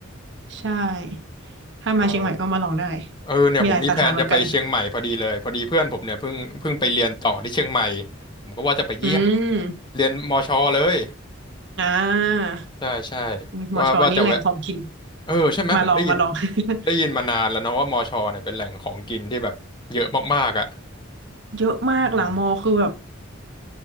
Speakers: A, on the right (about 60°); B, on the left (about 25°).
A: ใช่ถ้ามาเชียงใหม่ก็มาลองได้
B: อ๋อเออเนี่ยผมมีแผนจะไปเชียงใหม่พอดีเลยพอดีเพื่อนผมเนี่ยเพิ่งเพิ่งไปเรียนต่อที่เชียงใหม่
A: มีหลายสาขาเหมือนกัน
B: ผมก็ว่าจะไปเยี่ยม
A: อืม
B: เรียนมชเลย
A: อ่า
B: ใช่ใช่
A: หมอชอนี่แหล่งของกิน
B: ว่าว่าจะแวะเออใช่ไหมผมได้ยิน
A: มาลองมาลอง <laughs>
B: ได้ยินมานานแล้วเนาะว่ามชเนี่ยเป็นแหล่งของกินที่แบบเยอะมากๆอ่ะ
A: เยอะมากหลังมอคือแบบ
B: อืม